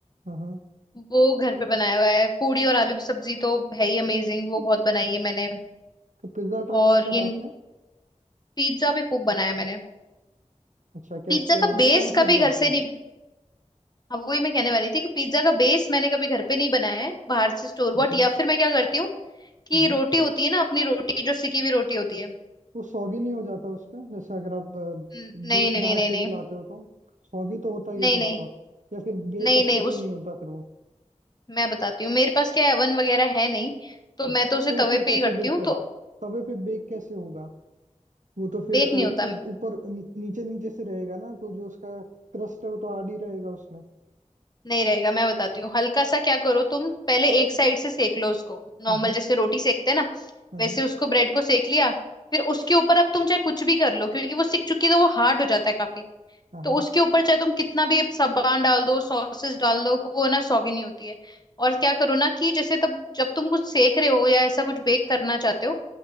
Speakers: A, on the right; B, on the left.
A: हाँ
B: वो घर पे बनाया हुआ है पूड़ी और आलू की सब्जी तो है ही अमेजिंग वो बहुत
A: हाँ
B: बनाई है मैंने
A: तो पिज्जा ट्राई
B: और
A: नहीं करा
B: ये
A: आपने
B: पिज्जा भी खूब बनाया मैंने
A: अच्छा
B: पिज्जा
A: कैस क्या
B: का बेस
A: कौन
B: कभी
A: सी ब्रेड
B: घर
A: पे
B: से नहीं हाँ वही मैं कहने वाली थी कि पिज्जा का बेस मैंने कभी घर पे नहीं बनाया है बाहर से स्टोर बॉट
A: हाँ हाँ
B: या फिर मैं क्या करती हूँ कि
A: हाँ हाँ।
B: रोटी होती है ना अपनी रोटी जो सिकी हुई रोटी होती है
A: वो सॉगी नहीं हो जाता उस पे जैसे अगर आप
B: हम्म, नहीं
A: बेस
B: नहीं
A: बाहर
B: नहीं
A: से
B: नहीं
A: भी लाते हो तो सॉगी तो होता ही है
B: नहीं
A: थोड़ा
B: नहीं
A: बहुत या फिर बेक
B: नहीं
A: अच्छे
B: नहीं
A: से
B: उस
A: नहीं होता फिर वो
B: मैं बताती हूँ मेरे पास क्या ओवन वगैरह है नहीं तो मैं
A: अच्छा
B: तो उसे
A: तो
B: तवे
A: फिर
B: पे
A: कैसे
B: ही करती
A: बेक
B: हूँ
A: करते
B: तो
A: हो तवे पे बेक कैसे होगा वो तो फिर
B: बेक
A: अ,
B: नहीं
A: ऊ-
B: होता
A: ऊपर नी- नीचे नीचे से रहेगा ना तो जो उसका क्रस्ट है वो तो हार्ड ही रहेगा उसमें
B: नहीं रहेगा मैं बताती हूँ हल्का सा क्या करो तुम पहले एक साइड से सेक लो उसको नॉर्मल
A: हाँ हाँ
B: जैसे रोटी सेकते हैं ना
A: हाँ
B: वैसे उसको ब्रेड को सेक लिया फिर उसके ऊपर अब तुम चाहे कुछ भी कर लो क्योंकि वो सिक चुकी है तो वो हार्ड हो जाता है काफी
A: हाँ
B: तो उसके ऊपर चाहे तुम कितना भी सामान डाल दो सॉसेस डाल दो वो ना सौगी नहीं होती है और क्या करो ना कि जैसे तब जब तुम कुछ सेक रहे हो या ऐसा कुछ बेक करना चाहते हो